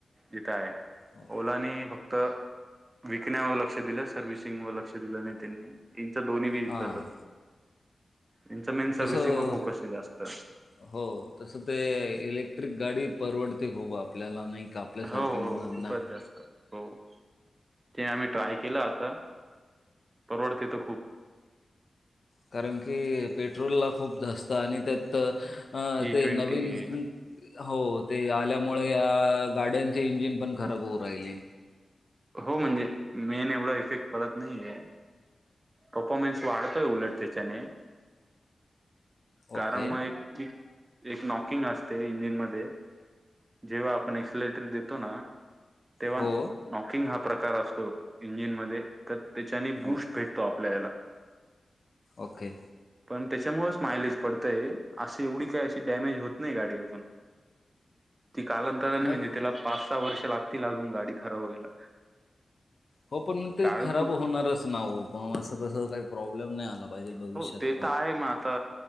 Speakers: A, on the right (about 25°); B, on the left (about 50°).
A: जिथे आहे
B: हो.
A: <inaudible> फक्त विकण्यावर लक्ष दिलं सर्व्हिसिंग व लक्ष दिलं नाही त्यांनी इच दोन्ही बी
B: हां,
A: तसच यांच मेन सर्विसिंग
B: तसं
A: वर फोकस आहे जास्त
B: हो, तसं ते इलेक्ट्रिक गाडी परवडते खुप आपल्याला नाही का? आपल्यासारख्या
A: हो
B: मुलांना.
A: हो खूपच जास्त हो त आम्ही ट्राय केला आता परवडतेय तर खूप
B: कारण की पेट्रोलला खूप जास्त आणि त्या तर अ
A: ई
B: ते
A: ट्वेंटी
B: नवीन हो ते आल्यामुळे या गाड्यांचे इंजिन पण खराब होऊ राहिले
A: हो म्हणजे मेन एवढा इफेक्ट पडत नाही हे परफॉर्मन्स वाढतोय उलट त्याच्याने कारण
B: ओके.
A: मग एक की एक नॉकिंग असते इंजिन मध्ये जेव्हा आपण एक्सलेटर देतो ना तेव्हा
B: हो.
A: नॉकिंग हा प्रकार असतो इंजिनमध्ये तर त्याच्यानी बूश
B: ओके,
A: भेटतो आपल्याला
B: ओके
A: पण त्याच्यामुळेच माईलेज पडतय अस एवढी काय अशी डॅमेज होत नाही गाडी अजून ती कालांतराने
B: मग
A: म्हणजे त्याला पाच सहा वर्ष लागतील लागून गाडी खराब व्हायला
B: हो पण ते
A: कारण
B: खराब
A: कुठ
B: होणारच ना ओ पण असं कस काही प्रॉब्लेम नाही आला पाहिजे भविष्यात
A: हो ते
B: पण.
A: तर आहे मग आता